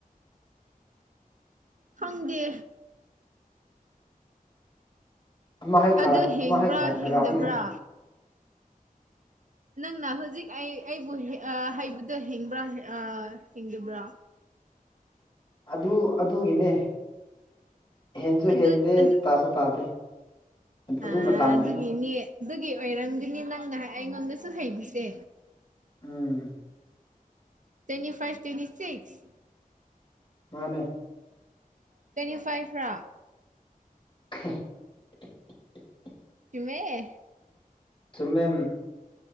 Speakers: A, on the right; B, on the left.
A: ꯈꯪꯗꯦ
B: ꯑꯃ ꯍꯦꯛ
A: ꯑꯗꯨ ꯍꯤꯡꯕ꯭ꯔꯥ
B: ꯑꯃ ꯍꯦꯛ ꯍꯥꯏꯔꯛꯑꯣꯅꯦ
A: ꯍꯤꯡꯗꯕ꯭ꯔꯥ ꯅꯪꯅ ꯍꯧꯖꯤꯛ ꯑꯩ ꯑꯩꯕꯨ ꯍꯦ ꯑꯥ ꯍꯥꯏꯕꯗꯣ ꯍꯤꯡꯕ꯭ꯔꯥ ꯍꯤꯡ ꯑꯥ ꯍꯤꯡꯗꯕ꯭ꯔꯥ
B: ꯑꯗꯨ ꯑꯗꯨꯒꯤꯅꯦ ꯍꯦꯟꯁꯨ
A: ꯑꯗꯨ
B: ꯍꯦꯟꯗꯦ
A: ꯑꯗꯨ
B: ꯇꯥꯁꯨ ꯇꯥꯗꯦ ꯑꯗꯨ
A: ꯑꯗꯨꯒꯤꯅꯤ
B: ꯃꯇꯝꯗꯅꯦ
A: ꯑꯗꯨꯒꯤ ꯑꯣꯏꯔꯝꯒꯅꯤ ꯅꯪꯅ ꯑꯩꯉꯣꯟꯗꯁꯨ ꯍꯩꯕꯤꯁꯦ
B: ꯎꯝ
A: ꯇ꯭ꯋꯦꯟꯇꯤ ꯐꯥꯏꯚ ꯇ꯭ꯋꯦꯟꯇꯤ ꯁꯤꯛꯁ
B: ꯃꯥꯅꯦ
A: ꯇ꯭ꯋꯦꯟꯇꯤ ꯐꯥꯏꯚ ꯔꯥ
B: ꯍ <unintelligible> <inaudible>
A: ꯆꯨꯝꯃꯦ
B: ꯆꯨꯝꯃꯦ